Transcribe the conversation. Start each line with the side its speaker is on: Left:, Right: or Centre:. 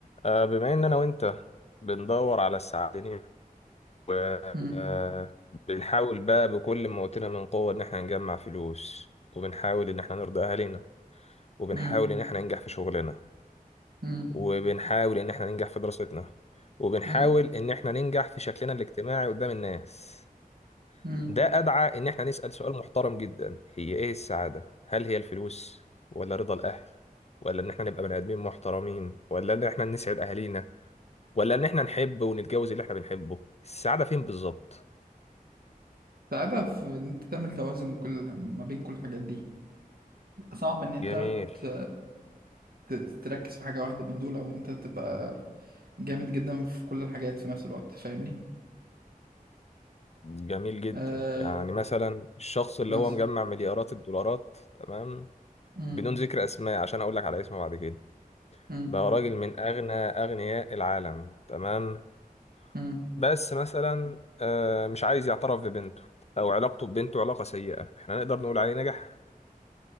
Left: آه، بما ان انا وانت بندور على السعادة وبنحاول
Right: مم.
Left: بقى بكل ما اوتنا من قوة ان احنا نجمع فلوس وبنحاول ان احنا نرضي اهالينا وبنحاول
Right: مم.
Left: ان احنا ننجح في شغلنا
Right: مم.
Left: وبنحاول ان احنا ننجح في دراستنا وبنحاول
Right: مم.
Left: ان احنا ننجح في شكلنا الاجتماعي قدام الناس
Right: مم.
Left: ده ادعى ان احنا نسأل سؤال محترم جدا هي ايه السعادة هل هي الفلوس ولا رضا الاهل ولا ان احنا نبقى بني ادمين محترمين ولا ان احنا نسعد اهالينا ولا ان احنا نحب ونتجوز اللي احنا بنحبه السعادة فين بالظبط
Right: صعبة في إن أنت تعمل توازن كل ما بين كل الحاجات دي صعب إن أنت
Left: جميل
Right: ت... ت- تركز في حاجة واحدة من دول أو إن أنت تبقى جامد جدا في كل الحاجات في نفس الوقت فاهمني؟
Left: جميل جدا
Right: آه
Left: يعني مثلا الشخص اللي
Right: مثلا
Left: هو مجمع مليارات الدولارات تمام
Right: مم.
Left: بدون ذكر اسماء عشان اقول لك على اسمه بعد كده
Right: مم.
Left: بقى راجل من اغنى اغنياء العالم تمام
Right: مم.
Left: بس مثلا آه، مش عايز يعترف ببنته او علاقته ببنته علاقة سيئة احنا نقدر نقول عليه نجح